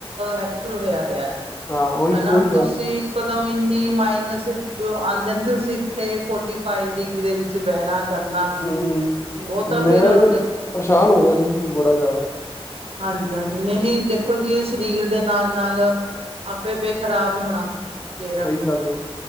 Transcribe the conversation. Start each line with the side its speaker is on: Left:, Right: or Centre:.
Right: ਹੈਕਚੁਅਲ ਹੋਇਆ ਪਿਆ।
Left: ਹਾਂ ਉਹੀ
Right: ਹਨਾ
Left: ਉਹੀ ਗੱਲ
Right: ਤੁਸੀਂ, ਕਦਮ ਇੰਨੀ ਮਾਈਨਸ ਆਦੇ ਜਾਂਦੇ ਸੀ, ਇੱਥੇ ਫੋਰਟੀ ਫਾਈਵ ਡਿਗਰੀ ਦੇ ਵਿੱਚ ਬਹਿਣਾ ਕਰਨਾ
Left: ਹਮ
Right: ਉਹ ਤਾਂ
Left: ਮੈਂਰਾ
Right: ਫੇਰ
Left: ਤੇ ਪਰੇਸ਼ਾਨ ਹੋ ਗਿਆ ਸੀ, ਬੜਾ ਜ਼ਿਆਦਾ
Right: ਹਾਂਜੀ-ਹਾਂਜੀ ਨੀ ਦੇਖੋ, ਜੀ ਇਹ ਸਰੀਰ ਦੇ ਨਾਲ-ਨਾਲ, ਆਪੇ ਪੇ ਖ਼ਰਾਬ ਹੋਣਾ। ਫੇਰ,
Left: ਸਹੀ ਗੱਲ ਹੈ